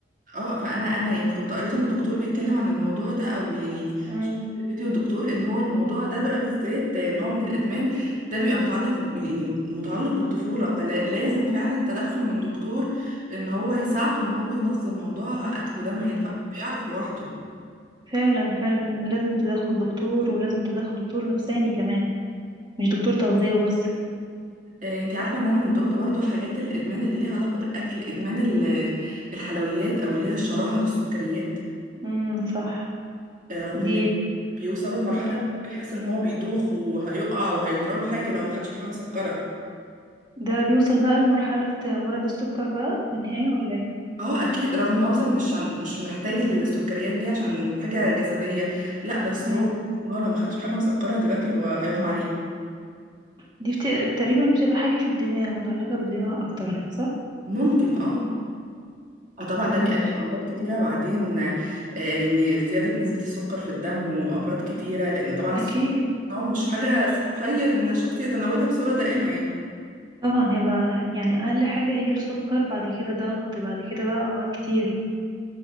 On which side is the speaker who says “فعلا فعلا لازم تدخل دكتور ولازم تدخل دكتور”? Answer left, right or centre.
Right